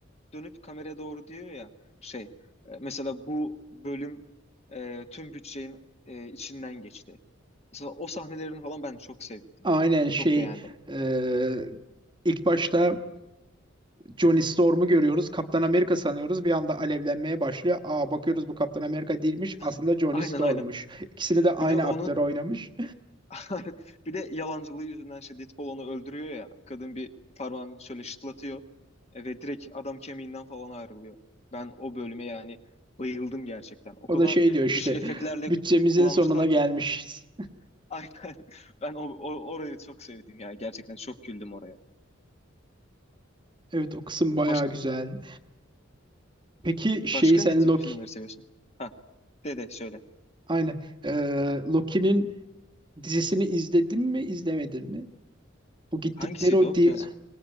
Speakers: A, on the left; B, on the right.
A: dönüp kameraya doğru diyor ya şey e, mesela bu bölüm e, tüm bütçenin e, içinden geçti. Mesela o sahnelerini falan ben çok sevdim.
B: Aynen şey
A: Çok beğendim.
B: eee, ilk başta Johnny Storm'u görüyoruz. Kaptan Amerika sanıyoruz. Bir anda alevlenmeye başlıyor. Aa bakıyoruz bu Kaptan Amerika değilmiş. Aslında
A: <laughs>
B: Johnny
A: Aynen
B: Storm'muş.
A: aynen.
B: İkisini de aynı
A: Bir de onun
B: aktör oynamış.
A: <laughs> Bir de yalancılığı yüzünden şey Deadpool onu öldürüyor ya. Kadın bir parmağını şöyle şıtlatıyor. E, ve direkt adam kemiğinden falan ayrılıyor. Ben o bölüme yani bayıldım gerçekten. O
B: O
A: kadar
B: da şey diyor işte
A: güçlü efektlerle
B: bütçemizin
A: kullanmışlar
B: sonuna gelmişiz.
A: ki. <laughs> Aynen. Ben o, o- orayı çok sevdim ya. Gerçekten çok güldüm oraya.
B: Evet o kısım bayağı
A: Baş,
B: güzel. Peki şey
A: başka
B: sen
A: ne tip
B: Loki
A: filmleri seviyorsun? Ha, de de söyle.
B: aynen Ee, Loki'nin dizisini izledin mi izlemedin mi? O gittikleri
A: Hangisiydi
B: o
A: o?
B: di
A: Biraz.